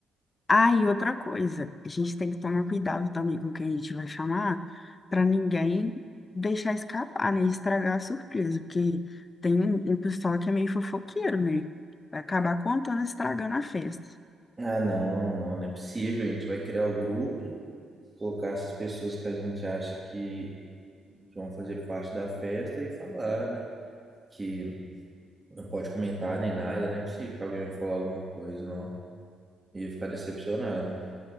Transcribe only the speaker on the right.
Ah, não, não, não é possível, a gente vai criar o grupo, colocar essas pessoas que a gente acha que, que vão fazer parte da festa e falar, né? Que não pode comentar nem nada, não é possível que alguém vai falar alguma coisa, não. Ia ficar decepcionado.